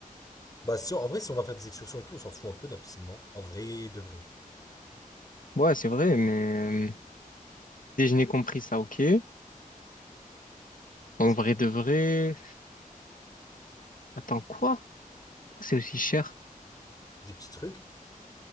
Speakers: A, on the left; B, on the left.
A: Bah, si, en vrai, si on va faire des excursions et tout, on s'en fout un peu de la piscine, non? En vrai, de vrai.
B: Ouais, c'est vrai, mais euh, déjeuner compris, ça, ok. En
A: Ça-
B: vrai de vrai. Attends, quoi? Pourquoi c'est aussi cher?
A: Des petits trucs.